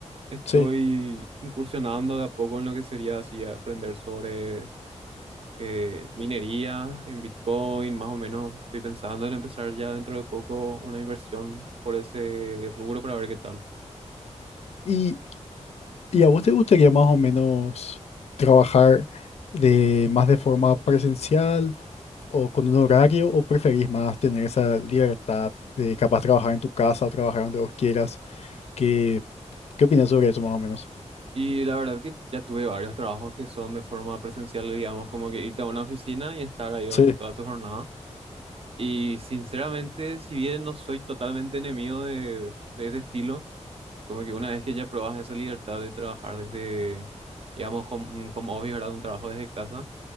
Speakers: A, on the right; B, on the left.
A: estoy
B: sí.
A: incursionando de a poco en lo que sería así aprender sobre eh, minería en Bitcoin, más o menos estoy pensando en empezar ya dentro de poco una inversión por ese rubro para ver qué tal.
B: ¿Y, y a vos te gustaría más o menos trabajar de más de forma presencial o con un horario o preferís más tener esa libertad de capaz trabajar en tu casa o trabajar donde vos quieras? ¿Qué, qué opinas sobre eso más o menos?
A: Y la verdad que ya tuve varios trabajos que son de forma presencial, digamos, como que irte a una oficina y estar ahí durante
B: Sí,
A: toda tu jornada. Y sinceramente, si bien no soy totalmente enemigo de, de ese estilo, como que una vez que ya probas esa libertad de trabajar desde, digamos, home- un home office, ¿verdad? Un trabajo desde casa